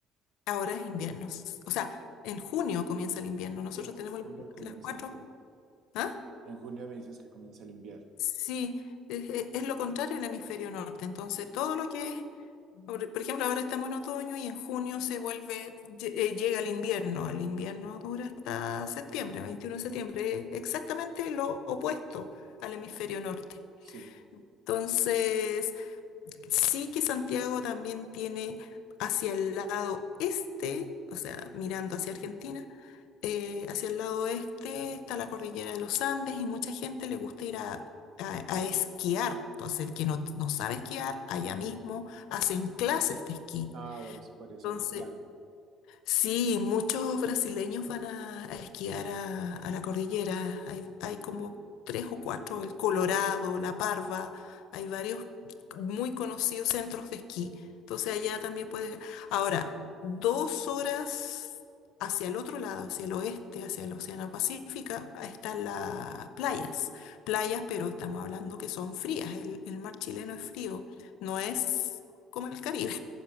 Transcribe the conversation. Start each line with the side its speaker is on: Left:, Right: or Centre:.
Left: ahora es invierno. s- O sea, en junio comienza el invierno. Nosotros
Right: En junio
Left: tenemos las, cu-
Right: comienza
Left: las cuatro.
Right: el invierno.
Left: ¿Ah?
Right: En junio me dices que comienza el invierno.
Left: Sí, es, es- es lo contrario del hemisferio norte. Entonces,
Right: Sí, sí.
Left: todo lo que es, por por ejemplo, ahora estamos en otoño y en junio se vuelve, lle- eh, llega el invierno. El invierno dura hasta septiembre, 21 de septiembre, exactamente lo opuesto al hemisferio norte.
Right: Sí.
Left: Entonces, sí que Santiago también tiene hacia el lado este, o sea, mirando hacia Argentina, eh, hacia el lado este está la cordillera de los Andes y mucha gente le gusta ir a, a- a esquiar. Entonces, el que no, no sabe esquiar, allá mismo hacen clases de esquí.
Right: Ah, bueno, ese podría
Left: Entonces,
Right: ser un plan.
Left: Sí, muchos brasileños van a, a esquiar a, a la cordillera. Hay, hay como tres o cuatro, el Colorado, La Parva, hay varios muy conocidos centros de esquí. Entonces allá también puedes... Ahora, dos horas hacia el otro lado, hacia el oeste, hacia el Océano Pacífico, están las playas. Playas, pero estamos hablando que son frías. El, el mar chileno es frío, no es
Right: Sí,
Left: como el Caribe.